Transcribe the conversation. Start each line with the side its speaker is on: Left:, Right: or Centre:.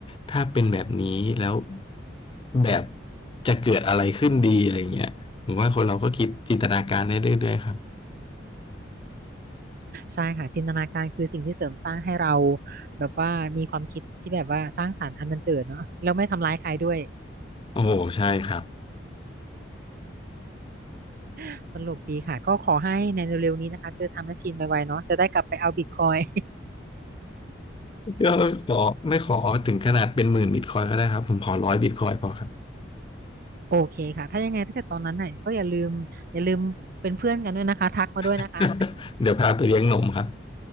Left: ถ้าเป็นแบบนี้แล้วแบบจะเกิดอะไรขึ้นดีอะไรเงี้ยผมว่าคนเราก็คิดจินตนาการได้เรื่อยๆครับ
Right: ใช่ค่ะจินตนาการคือสิ่งที่เสริมสร้างให้เราแบบว่ามีความคิดที่แบบว่าสร้างสรรค์อันบันเจิดเนาะแล้วไม่ทำร้ายใครด้วย
Left: โอ้โหใช่ครับ
Right: <laughs> ตลกดีค่ะก็ขอให้ในเร็วๆนี้นะคะเจอทำแมชชีนไวๆเนาะจะได้กลับไปเอาบิตคอย <laughs>
Left: ก็ขอไม่ขอถึงขนาดเป็นหมื่นบิตคอยก็ได้ครับผมขอร้อยบิตคอยพอครับ
Right: โอเคค่ะถ้ายังไงถ้าเกิดตอนนั้นน่ะก็อย่าลืมอย่าลืมเป็นเพื่อนกันด้วยนะคะทักมาด้วยนะคะ
Left: <laughs> เดี๋ยวพาไปเลี้ยงนมครับ